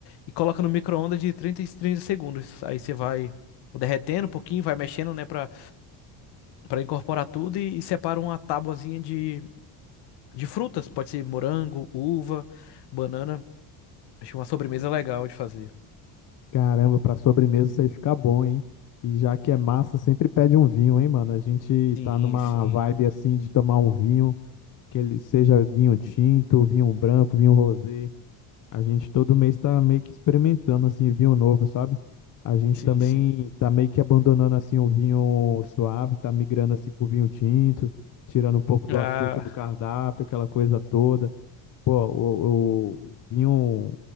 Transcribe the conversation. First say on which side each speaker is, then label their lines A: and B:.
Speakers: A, on the left; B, on the left.
A: e coloca no micro-ondas de 30 e 30 segundos. Aí você vai derretendo um pouquinho, vai mexendo, né, Pra para incorporar tudo e, e separa uma tabuazinha de, de frutas, pode ser morango, uva, banana. Acho uma sobremesa legal de fazer.
B: Caramba, pra sobremesa isso aí fica bom, hein? E já que é massa, sempre pede um vinho, hein, mano? A gente
A: Sim,
B: tá numa
A: sim,
B: vibe assim de tomar um vinho, que ele seja vinho tinto, vinho branco, vinho rosé. A gente todo mês tá meio que experimentando assim vinho novo, sabe? A gente
A: sim,
B: também
A: sim.
B: tá meio que abandonando assim o vinho suave, tá migrando assim pro vinho tinto, tirando um pouco do
A: Ah,
B: açúcar do cardápio, aquela coisa toda. Pô, o, o vinho